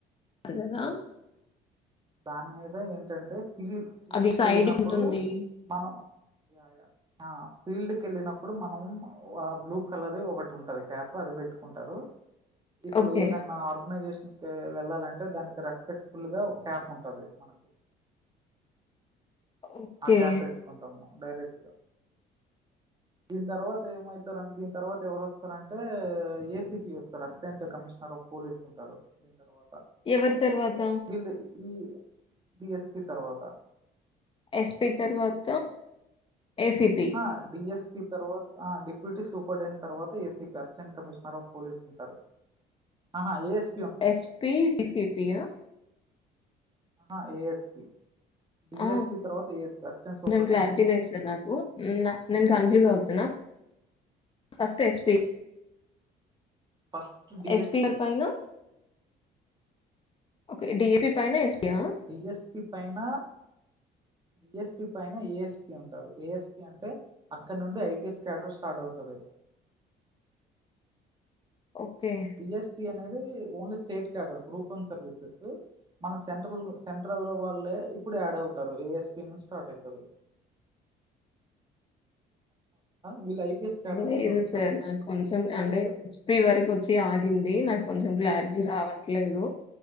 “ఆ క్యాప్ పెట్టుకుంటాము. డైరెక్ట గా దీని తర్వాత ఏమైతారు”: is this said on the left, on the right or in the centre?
Right